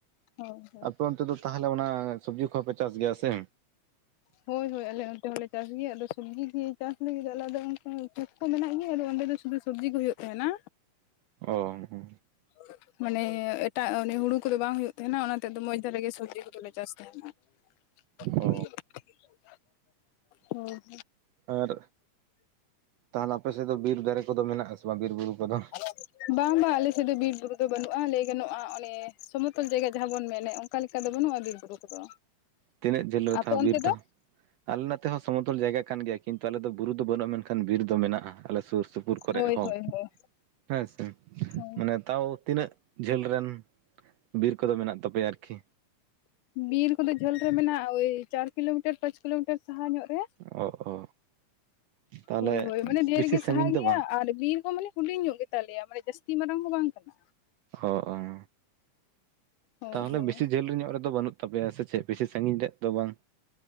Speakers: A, on the left; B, on the right.
A: ᱦᱳᱭ ᱦᱳᱭ
B: ᱟᱯᱮ ᱚᱱᱛᱮ ᱫᱚ ᱛᱟᱦᱚᱞᱮ ᱚᱱᱟ ᱥᱚᱵᱽᱡᱤ ᱠᱚᱦᱚᱸ ᱯᱮ ᱪᱟᱥ ᱜᱮᱭᱟ ᱥᱮ?
A: ᱦᱳᱭ ᱦᱳᱭ ᱟᱞᱮ ᱚᱱᱛᱮ ᱦᱚᱸᱞᱮ ᱪᱟᱥ ᱜᱮᱭᱟ ᱟᱫᱚ ᱥᱚᱵᱽᱡᱤ ᱫᱤᱭᱮ ᱪᱟᱥ ᱞᱟᱹᱜᱤᱫ ᱫᱚ ᱟᱞᱮ ᱚᱱᱠᱟ ᱢᱤᱫ ᱪᱷᱚᱴ ᱠᱚ ᱢᱮᱱᱟᱜ ᱜᱮᱭᱟ ᱟᱫᱚ ᱚᱸᱰᱮ ᱫᱚ ᱥᱩᱫᱷᱩ ᱥᱚᱵᱽᱡᱤ ᱜᱮ ᱦᱩᱭᱩᱜ ᱛᱟᱦᱮᱸᱱᱟ᱾
B: ᱚᱝ ᱚ᱾
A: <inaudible> ᱢᱟᱱᱮ ᱮᱴᱟᱜ ᱚᱱᱮ ᱦᱩᱲᱩ ᱠᱚᱫᱚ ᱵᱟᱝ ᱦᱩᱭᱩᱜ ᱛᱟᱦᱮᱱᱟ ᱚᱱᱟ ᱛᱮ ᱟᱫᱚ ᱢᱚᱡᱽ ᱫᱷᱟᱨᱟ ᱜᱮ ᱥᱚᱵᱽᱡᱤ ᱠᱚᱫᱚᱞᱮ ᱪᱟᱥ ᱛᱟᱦᱮᱱᱟ᱾ <unintelligible>
B: ᱚ
A: ᱦᱳᱭ
B: ᱟᱨ ᱛᱟᱦᱚᱞᱮ ᱟᱯᱮ ᱥᱮᱫ ᱫᱚ ᱵᱤᱨ ᱫᱟᱨᱮ ᱠᱚᱫᱚ ᱢᱮᱱᱟᱜ-ᱟ ᱥᱮ ᱵᱟᱝ ᱵᱤᱨ ᱵᱩᱨᱩ? ᱠᱚᱫᱚ
A: <inaudible> ᱵᱟᱝ ᱵᱟᱝ ᱟᱞᱮ ᱥᱮᱫ ᱫᱚ ᱵᱤᱨ ᱵᱩᱨᱩ ᱫᱚ ᱵᱟᱹᱱᱩᱜ-ᱟ᱾ ᱞᱟᱹᱭ ᱜᱟᱱᱚᱜ-ᱟ ᱚᱱᱮ ᱥᱚᱢᱚᱛᱚᱞ ᱡᱟᱭᱜᱟ ᱡᱟᱦᱟᱸ ᱵᱚᱱ ᱢᱮᱱᱮᱜ ᱚᱱᱠᱟ ᱞᱮᱠᱟ ᱫᱚ ᱵᱟᱹᱱᱩᱜᱼᱟ ᱵᱤᱨ ᱵᱩᱨᱩ ᱠᱚᱫᱚ᱾
B: ᱛᱤᱱᱟᱹᱜ ᱡᱷᱟᱹᱞ ᱨᱮ
A: ᱟᱯᱮ
B: ᱛᱟᱦᱮᱸ
A: ᱚᱱᱛᱮ
B: ᱵᱤᱨ
A: ᱫᱚ?
B: ᱟᱞᱮ ᱱᱟᱛᱮ ᱦᱚᱸ ᱥᱚᱢᱚᱛᱚᱞ ᱡᱟᱭᱜᱟ ᱠᱟᱱ ᱜᱮᱭᱟ᱾ ᱠᱤᱱᱛᱩ ᱟᱞᱮ ᱫᱚ ᱵᱩᱨᱩ ᱫᱚ ᱵᱟᱹᱱᱩᱜ-ᱟ ᱢᱮᱱᱠᱷᱟᱱ ᱵᱤᱨ ᱫᱚ ᱢᱮᱱᱟᱜ-ᱟ ᱟᱞᱮ ᱥᱩᱨ ᱥᱩᱯ ᱩᱨ ᱠᱚᱨᱮᱜ
A: ᱦᱳᱭ
B: ᱦᱚᱸ,
A: ᱦᱳᱭ ᱦᱳᱭ
B: ᱦᱮᱸ ᱥᱮ
A: ᱦᱳᱭ
B: ᱢᱟᱱᱮ ᱛᱟᱣ ᱛᱤᱱᱟᱹᱜ ᱡᱷᱟᱹᱞ ᱨᱮᱱ ᱵᱤᱨ ᱠᱚᱫᱚ ᱢᱮᱱᱟᱜ ᱛᱟᱯᱮᱭᱟ ᱟᱨᱠᱤ?
A: ᱵᱤᱨ ᱠᱚᱫᱚ ᱡᱷᱟᱹᱞ ᱨᱮ ᱢᱮᱱᱟᱜ-ᱟ ᱳᱭ ᱪᱟᱨ ᱠᱤᱞᱳᱢᱤᱴᱟᱨ ᱯᱟᱸᱪ ᱠᱤᱞᱳᱢᱤᱴᱟᱨ ᱥᱟᱦᱟ ᱧᱚᱜ ᱨᱮ᱾
B: ᱚ ᱚ ᱛᱟᱦᱚᱞᱮ
A: ᱦᱳᱭ ᱦᱳᱭ ᱢᱟᱱᱮ ᱰᱷᱮᱨ
B: ᱵᱮᱥᱤ
A: ᱜᱮ
B: ᱥᱟᱺᱜᱤᱧ
A: ᱥᱟᱦᱟ ᱜᱮᱭᱟ
B: ᱫᱚ ᱵᱟᱝ
A: ᱟᱨ ᱵᱤᱨ ᱦᱚᱸ ᱢᱟᱱᱮ ᱦᱩᱲᱤᱧ ᱧᱚᱜ ᱜᱮ ᱛᱟᱞᱮᱭᱟ ᱢᱟᱱᱮ ᱡᱟᱹᱥᱛᱤ ᱢᱟᱨᱟᱝ ᱫᱚ ᱵᱟᱝ ᱠᱟᱱᱟ᱾
B: ᱚ ᱚᱸ᱾
A: ᱦᱳᱭ
B: ᱛᱟᱦᱚᱞᱮ
A: ᱦᱳᱭ
B: ᱵᱤᱥᱤ ᱡᱷᱟᱹᱞ ᱧᱚᱜ ᱨᱮᱫᱚ ᱵᱟᱹᱱᱩᱜ ᱛᱟᱯᱮᱭᱟ ᱥᱮ ᱪᱮᱫ ᱵᱮᱥᱤ ᱥᱟᱺᱜᱤᱧ ᱨᱮᱫ ᱫᱚ ᱵᱟᱝ